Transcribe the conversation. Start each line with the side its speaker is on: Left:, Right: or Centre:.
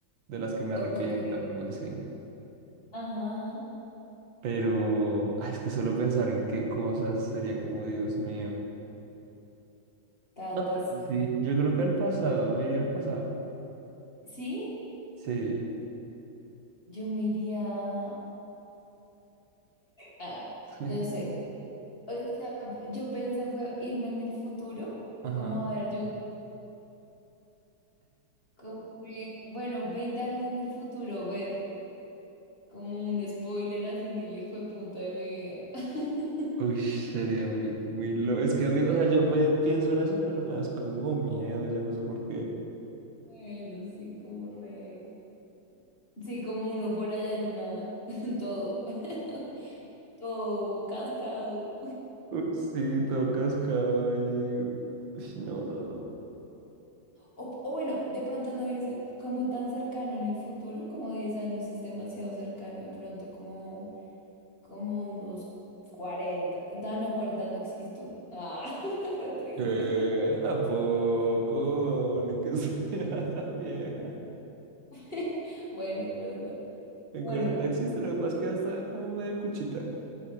Right: de las que me
Left: Ok.
Right: arrepienta o algo así.
Left: Ajá, ajá.
Right: Pero ah, es que solo pensar en qué cosas sería como Dios mío.
Left: Tantas.
Right: No, pero sí, yo creo que al pasado, me iría al pasado.
Left: ¿Sí?
Right: Sí.
Left: Yo me iría... Ah,
Right: <laughs>
Left: no sé. O sea, yo pensé fue irme en el futuro,
Right: Ajá.
Left: como a ver, yo, como que, bueno, 20 años en el futuro, ver como un spoiler así, ni le fue puta de mi vida. <laughs>
Right: Uy, sería muy, muy loco. Es que a mí, o sea, yo pe- pienso en eso, pero me das como miedo, yo no sé por qué.
Left: Bueno, sí, como re... Sí, como uno por allá en una, <laughs> todo, <laughs> todo cascado.
Right: Uy, sí, todo cascado ahí. Uy, no, no, no.
Left: O, o bueno, de pronto no irse como tan cercano en el futuro, como 10 años es demasiado cercano, de pronto como, como unos cuarenta Ah, no, en 40 no existo. Ah, <laughs> re triste.
Right: ¿Qué? Tampoco, ni que estuviera <laughs> tan vieja.
Left: <laughs> Bueno, es verdad.
Right: En
Left: Bueno,
Right: 40 existe, lo que pasa es que ya está como medio cuchita.